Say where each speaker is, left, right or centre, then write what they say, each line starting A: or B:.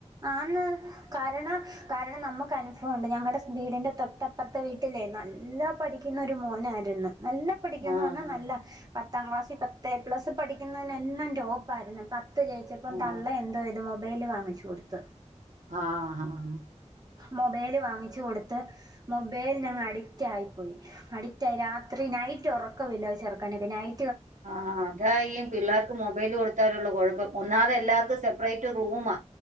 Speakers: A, on the right; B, on the right.
A: ആന്ന് കാരണം കാരണം നമ്മക്ക് അനുഭവം ഇണ്ട് ഞങ്ങടെ വീടിന്റെ തൊട്ടപ്പുറത്തെ വീട്ടിലേ നല്ല പഠിക്കുന്ന ഒരു മോനായിരുന്നു നല്ല പിഠിക്കന്ന്
B: ആഹ്
A: പറഞ്ഞാ നല്ല <inaudible> പത്താം ക്ലാസിൽ പത്ത് എ പ്ലസ് പഠിക്കുന്നതിനെല്ലാം ടോപ്പായിരുന്നു ഇപ്പ ത്ത് ജയിച്ചപ്പം
B: ആഹ്
A: തള്ള എന്തോയ്ത് മൊബൈല് വാ മ്മച്ചി കൊടുത്ത് ത്ത്
B: ആഹ് ആഹ്
A: മൊബൈല് വാങ്ങിച്ച് കൊടുത്ത് മൊബൈലനങ്‌ അഡിക്റ്റ് ആയിപ്പോയി അഡിക് രാത്രി നൈറ്റ് ഉറക്കമില്ല ചേറക്കാന ഇതിനായി
B: ആ അത ഈ പിള്ളേർക്ക് മൊബൈല് കൊടുത്താാലുള്ള കുഴപ്പം ഒന്നാതെ എല്ലാവർക്കും സെപ്പറേറ്റ് റൂമാ